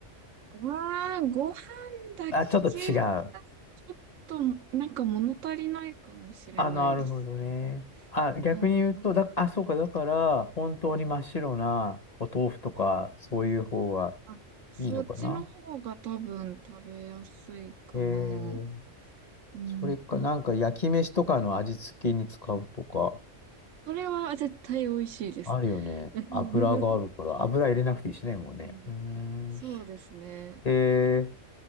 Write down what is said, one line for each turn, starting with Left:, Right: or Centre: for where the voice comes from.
Right: わー、ご飯だけだとちょっ
Left: あ、ちょっと違う。
Right: と、なんか物足りないかもしれないですね。
Left: あ、なるほどね。あ、逆に言うと、
Right: うん。
Left: だ、あ、そうか、だから、本当に真っ白なお豆腐とか、そういう方が
Right: あ、そっちの方が多分食べやすいかな。
Left: いいのかなええ。
Right: うん。
Left: それか、なんか焼き飯とかの味付けに使うとか。
Right: それは絶対美味しいです。
Left: あるよね。
Right: <laughs>
Left: 油があるから、油入れなくていいしね、もうね。
Right: うん。
Left: うーん。
Right: そうですね。
Left: えー、